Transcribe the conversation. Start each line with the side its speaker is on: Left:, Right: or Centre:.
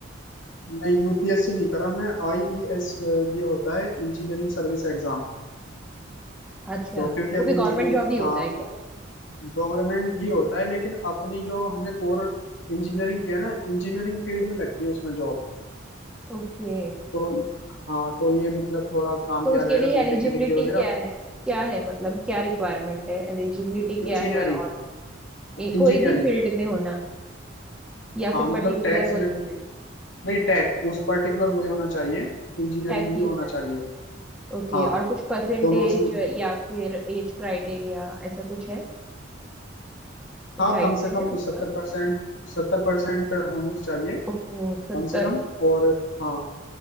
Left: मैं यूपीएससी नहीं कर रहा मैं आईईएस ये होता है इंजीनियरिंग सर्विस एग्जाम
Centre: अच्छा
Left: तो क्योंकि अभी
Centre: वो भी
Left: इंजीनियरिंग
Centre: गवर्नमेंट जॉब ही होता
Left: हाँ
Centre: है क्या
Left: गवर्नमेंट ही होता है लेकिन अपनी जो हमने कोर इंजीनियरिंग किया ना इंजीनियरिंग फील्ड में लगती है उसमें जॉब
Centre: ओके
Left: तो हाँ तो ये मतलब थोड़ा काम
Centre: तो
Left: भी
Centre: उसके
Left: आ जाएगा
Centre: लिए
Left: बीटेक
Centre: एलिजिबिलिटी
Left: की डिग्री वगैरह
Centre: क्या है क्या है मतलब क्या रिक्वायरमेंट है एलिजिबिलिटी क्या
Left: इंजीनियरिंग
Centre: है और ये कोई
Left: इंजीनियरिंग
Centre: भी फील्ड में होना
Left: हाँ
Centre: या फिर
Left: मतलब
Centre: पर्टिकुलर
Left: टैक्स नहीं
Centre: वही फील्ड
Left: टेक उस पर्टिकुलर वही होना चाहिए इंजीनियरिंग
Centre: टैक
Left: ही
Centre: ही
Left: होना
Centre: होना
Left: चाहिए
Centre: चाहिए ओके
Left: हाँ
Centre: और कुछ परसेंटेज
Left: तो मैं उसमें
Centre: या फिर एज क्राइटेरिया ऐसा कुछ है कुछ
Left: हाँ
Centre: आइडिया
Left: कम से कम
Centre: है उसका
Left: सत्तर परसेंट सत्तर परसेंट होनी चाहिए
Centre: ओहो सत्तर
Left: कम से कम और हाँ